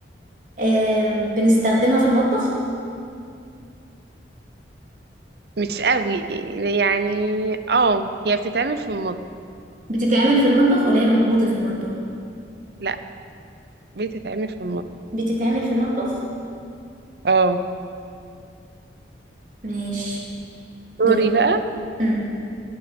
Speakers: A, on the right; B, on the right.
A: آه بنستخدمها في المطبخ
B: مش قوي يعني اه هي بتتعمل في المطبخ
A: بتتعمل في المطبخ ولا هي موجودة في المطبخ
B: لا بتتعمل في المطبخ
A: بتتعمل في المطبخ
B: اه
A: ماشي
B: دوري
A: دور
B: بقى
A: مم.